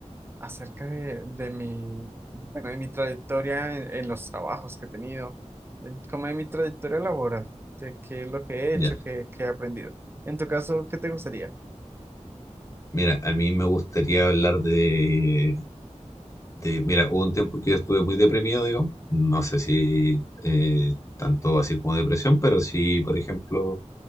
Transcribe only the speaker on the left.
Ya,
mira, a mí me gustaría hablar de, de- mira, hubo un tiempo que yo estuve muy deprimido, digamos, no sé si eh, tanto así como depresión, pero sí, por ejemplo,